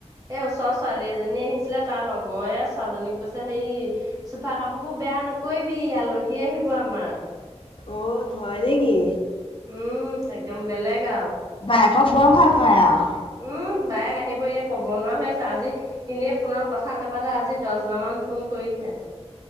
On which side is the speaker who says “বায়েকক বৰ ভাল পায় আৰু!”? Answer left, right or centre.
Left